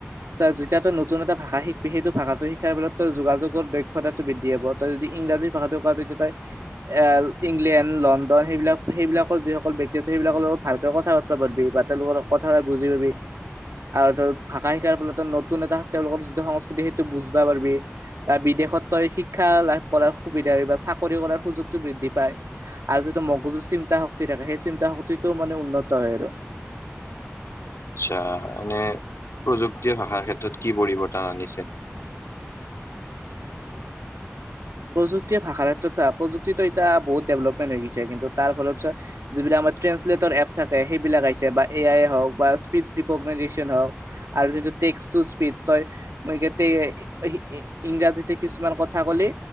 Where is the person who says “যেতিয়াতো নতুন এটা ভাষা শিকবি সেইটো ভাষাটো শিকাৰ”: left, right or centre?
Right